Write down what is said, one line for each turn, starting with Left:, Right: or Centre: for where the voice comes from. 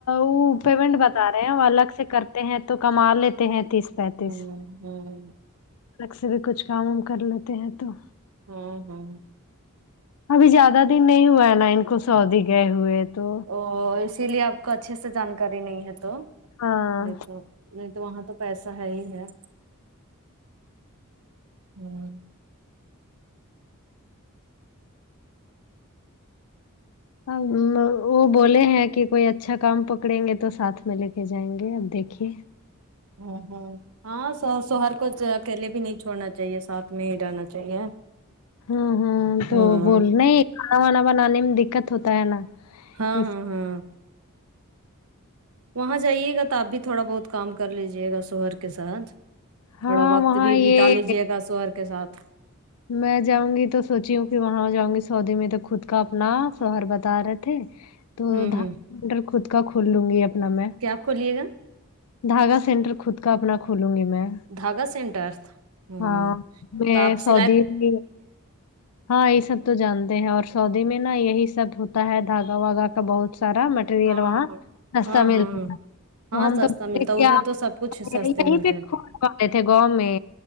Left: وہ پیمنٹ بتا رہے ہیں الگ سے کرتے ہیں تو کما لیتے ہیں تیس پینتیس
Right: ہوں ہوں
Left: الگ سے بھی کچھ کام وم کر لیتے ہیں تو
Right: ہاں ہاں
Left: ابھی زیادہ دن نہیں ہوا ہے نا ان کو سعودی گئے ہوئے تو
Right: وو اسی لیے آپ کو اچھے سے جانکاری نہیں ہے تو
Left: ہاں
Right: دیکھو نہیں تو وہاں تو پیسہ ہے ہی ہے ہوں
Left: ا وہ بولے ہیں کہ کوئی اچھا کام پکڑیں گے تو ساتھ میں لے کے جائیں گے اب دیکھیے
Right: ہوں ہوں ہاں سو شوہر کو اکیلے بھی نہیں چھوڑنا چاہیے ساتھ میں ہی رہنا چاہیے
Left: ہوں ہوں
Right: ہاں
Left: تو بول نہیں کھانا وانا بنانے میں دکت ہوتا ہے نا
Right: ہاں
Left: اس
Right: ہاں ہاں وہاں جائیے گا تو آپ بھی تھوڑا بہت کام کر لیجیے گا شوہر کے ساتھ
Left: ہاں
Right: تھوڑا وقت
Left: وہاں
Right: بھی
Left: یہ
Right: بتا لیجے گا شوہر کے ساتھ
Left: میں جاؤں گی تو سوچی ہوں کہ وہاں جاؤں گی سعودی میں تو خود کا اپنا شوہر بتا رہے تھے تو
Right: ہوں
Left: دھار
Right: ہوں
Left: مٹر خود کا کھول لوں گی اپنا میں
Right: کیا کھولیے گا
Left: دھاگا سینٹر خود کا اپنا کھولوں گی میں
Right: دھاگا سینٹر ہوں
Left: ہاں میں
Right: تبس
Left: سعودی <unintelligible> ہاں یہ سب تو جانتے ہیں اور سعودی میں نا یہی سب ہوتا ہے دھاگا واگا کا بہت سارا مٹریل
Right: ہاں
Left: وہاں سستہ
Right: ہاں
Left: ملتا
Right: ہاں ہاں
Left: تو
Right: ہاں
Left: ہم
Right: سستا
Left: تو
Right: ملتا
Left: ب
Right: ہے
Left: کیا
Right: ادھر تو سب کچھ سستے
Left: یہیں
Right: ملتے
Left: پہ <unintelligible>
Right: ہیں
Left: کرتے تھے گاؤں میں